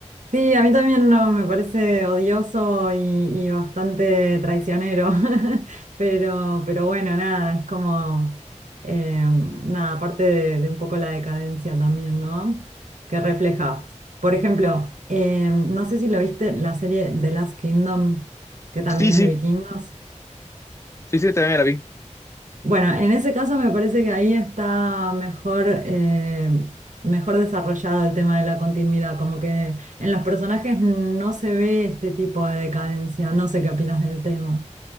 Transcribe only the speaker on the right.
Sí, a mí también no, me parece odioso y, y bastante traicionero, <laughs> pero, pero bueno, nada, es como, eh, nada, parte de, de un poco la decadencia también, ¿no? Que refleja. Por ejemplo, eh, no sé si lo viste, la serie The Last Kingdom, que también
es
de vikingos.
Bueno, en ese caso me parece que ahí está mejor, eh, mejor desarrollado el tema de la continuidad, como que en los personajes no se ve este tipo de decadencia. No sé qué opinas del tema.